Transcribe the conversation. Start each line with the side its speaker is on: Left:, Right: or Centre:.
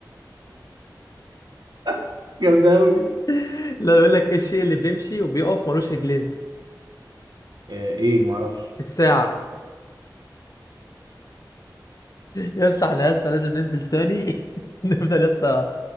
Right: <laughs> جامدة أوي دي
Left: <laughs> لا بيقول لك ايه الشيء اللي بيمشي وبيقف ملوش رجلين
Right: آه، ايه معرفش
Left: الساعة يا اسطى احنا يا اسطى لازم ننزل تاني <laughs> نفضل يا اسطى